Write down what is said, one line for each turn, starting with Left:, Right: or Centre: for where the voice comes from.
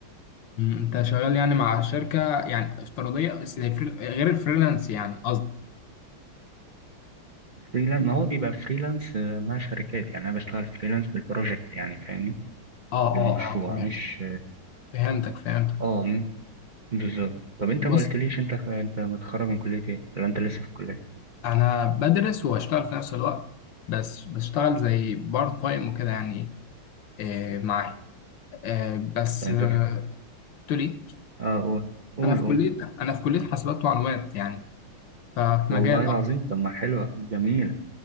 Left: مم، انت شغال يعني مع شركه يعني افتراضيه بس هي فري- غير الفريلانس يعني قصدي
Right: فريلانس ما هو بيبقى فريلانس آه، مع شركات يعني انا بشتغل فريلانس بالبروجكت يعني فاهمني
Left: اه
Right: بالمشروع
Left: اه اه تمام
Right: مش
Left: فهمتك فهمتك
Right: اه م- بالظبط طب انت
Left: بص
Right: ما قلتليش انت انت متخرج من كلية ايه ولا انت لسه في الكلية
Left: انا بدرس واشتغل في نفس الوقت بس بشتغل زي بارت تايم وكده يعني آه معاه آه بس
Right: ولا انت
Left: آه
Right: في...
Left: قلت لي
Right: اه قول قول
Left: انا في
Right: قول
Left: كليه انا في كليه حاسبات ومعلومات يعني ففي
Right: والله
Left: مجال
Right: العظيم
Left: اكتر
Right: طب ما حلوة جميلة